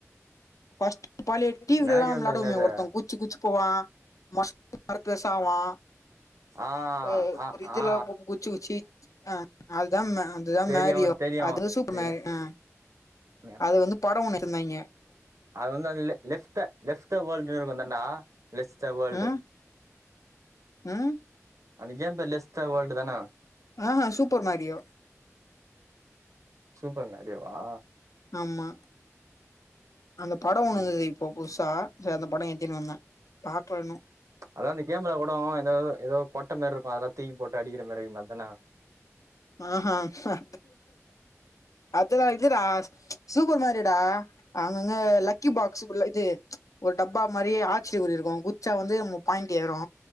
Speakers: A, on the left; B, on the right.
A: ஃபர்ஸ்ட் பழைய டிவில்லா
B: மேரியோன்றது
A: விளாடுவோமே
B: என்னது
A: ஒருத்தவ குதுச்சி குதுச்சி போவா மஸ்ட் பர்பெசாவா
B: ஆ
A: அ
B: ஆ
A: ஒருதுலா
B: ஆ
A: போவு குச்சி குச்சி ஆ அதுதா அதுதா
B: தெரியு
A: மேரியோ
B: தெரியு
A: அது சூப்பர்
B: தெரியு
A: மேரி அ
B: மேம்
A: அது வந்து பட ஒண்ணு இருந்தாங்க
B: அது வந்து அது இல்ல லெப த லெப் த வேர்ல்டுன்னு இருக்கும் அதான்டா லெப் த வேர்ல்டு்
A: ம் ம்
B: அந்த கேம் பேரு லெஸ் தா வேர்ல்டு தான
A: ஆ சூப்பர் மேரியோ
B: சூப்பர் மேரியோவா
A: ஆமா அந்த பட ஒண்ணு
B: ம்
A: வந்து இப்போ புதுசா சரி அந்த படம் ஏத்தினு வந்த பார்க்கலன்னு
B: அதா அந்த கேம்ல கூட எதாவுது ஏதோ கொட்டை மாரி இருக்கு அதெல்லா துக்கி போட்டு அடிக்கிற மாதிரி இருக்கும் அதுதான
A: ஆஹ்ஹ் அ அதுல்லா இல்ல அது இது டா சூப்பர் மேரியோ டா அங்கங்க லக்கி பாக்ஸ்குள்ள இது ஒரு டப்பா மாரி ஆச்சிரிய குறி இருக்கும் குச்சா வந்து மு பாயிண்ட் ஏறு